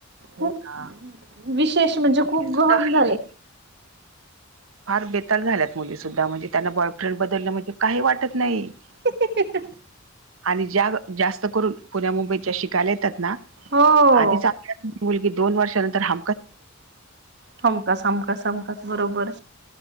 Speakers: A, on the right; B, on the right.
A: हो
B: खूप
A: ना
B: विशेष म्हणजे
A: मुली
B: खूप
A: सुद्धा
B: गहन
A: हल्ली
B: झाल
A: फार बेताल झाल्यात मुली सुद्धा म्हणजे त्यांना बॉयफ्रेंड बदलण म्हणजे काही वाटत नाही.
B: ही ही ह्या ह्या
A: आणि ज्या जास्त करून पुण्या मुंबईत ज्या शिकायला येतात ना
B: हो
A: आधीच मुलगी दोन वर्षानंतर हा
B: समकासमका समखस बरोबर